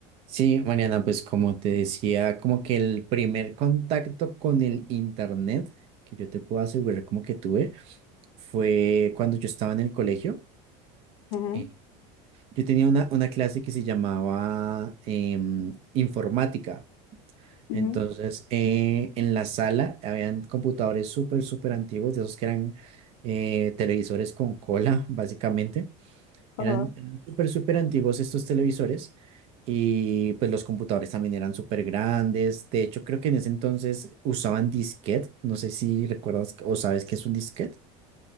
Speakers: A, on the right; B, on the left.
A: Sí, Mariana, pues como te decía, como que el primer contacto con el internet que yo te puedo asegurar como que tuve fue cuando yo estaba en el colegio.
B: Ujú,
A: Eh, yo tenía una, una clase que se llamaba em, informática.
B: ujú,
A: Entonces, eh, en la sala habían computadores súper, súper antiguos, de esos que eran eh, televisores con cola, <laughs> básicamente.
B: ajá.
A: Eran, eran súper, súper antiguos estos televisores y pues los computadores también eran súper grandes. De hecho, creo que en ese entonces usaban disquete. No sé si recuerdas o sabes qué es un disquete.